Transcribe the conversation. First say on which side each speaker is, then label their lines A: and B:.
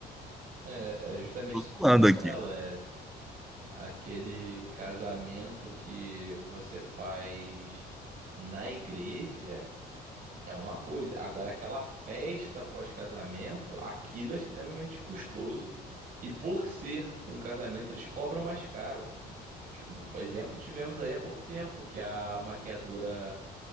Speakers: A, on the right; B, in the centre.
A: É, é justamente
B: Tô
A: isso
B: zoando
A: que eu converso
B: aqui.
A: com ela. É aquele casamento que você faz na igreja. É uma coisa. Agora, aquela festa pós-casamento, aquilo é extremamente custoso. E por ser um casamento, eles cobram mais caro. Tipo, O exemplo tivemos aí há pouco tempo, que a maquiadora